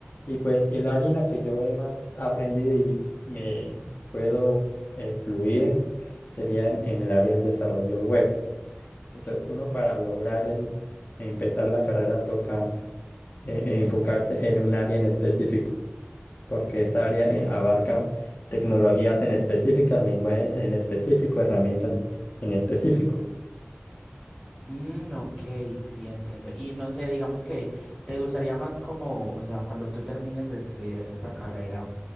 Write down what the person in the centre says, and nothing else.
Mm, ok, sí, entiendo. Y no sé, digamos que te gustaría más como, o sea, cuando tú termines de estudiar esta carrera.